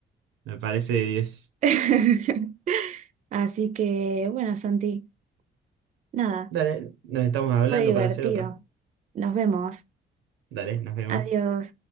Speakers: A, on the right; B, on the right.
A: me parece de 10.
B: <laughs> Así que, bueno, Santi, nada,
A: Dale, nos estamos hablando
B: fue divertido.
A: para hacer otra.
B: Nos vemos.
A: Dale, nos vemos.
B: Adiós.